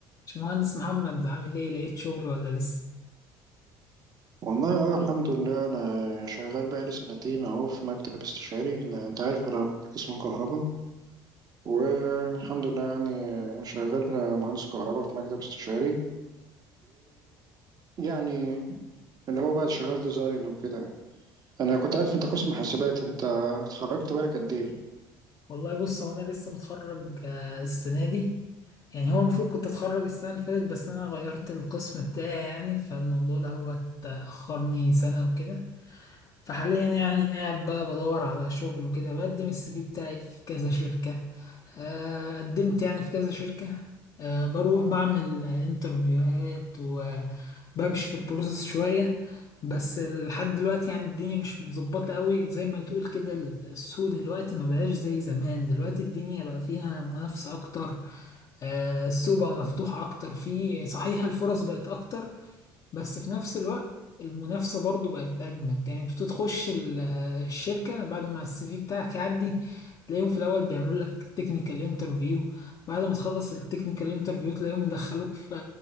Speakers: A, on the left; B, on the right.
A: باشمهندس محمد عامل ايه لقيت شغل ولا لسه
B: والله اه الحمد لله انا شغال بقالي سنتين اهو في مكتب استشاري إن- انت عارف انا كنت قسم كهرباء والحمد لله يعني شغال مهندس كهرباء في مكتب استشاري ويعني اللي هو بقى شغال ديزاين وكده انا كنت عارف انت قسم حاسبات انت اتخرجت بالك قد ايه
A: والله بص هو انا لسه متخرج آه، السنه دي يعني هو المفروض كنت اتخرج السنه اللي فاتت بس انا غيرت القسم بتاعي يعني فالموضوع ده هو اتاخرني سنه وكده فحاليا يعني قاعد بقى بدور على شغل وكده بقدم السي في بتاعي في كذا شركة آه، قدمت يعني في كذا شركة آه، بروح بعمل انترفيوهات وبمشي في البروسيس شوية بس لحد دلوقتي يعني الدنيا مش متظبطة قوي زي ما تقول كده السوق دلوقتي ما بقاش زي زمان دلوقتي الدنيا بقى فيها منافسة أكتر آه، السوق بقى مفتوح أكتر فيه صحيح الفرص بقت أكتر بس في نفس الوقت المنافسة برضو بقت أجمد يعني بتخش ال- الشركة بعد ما السي في بتاعك يعدي تلاقيهم في الأول بيعملوا لك تكنيكال انترفيو بعد ما تخلص التكنيكال انترفيو تلاقيهم مدخلوك في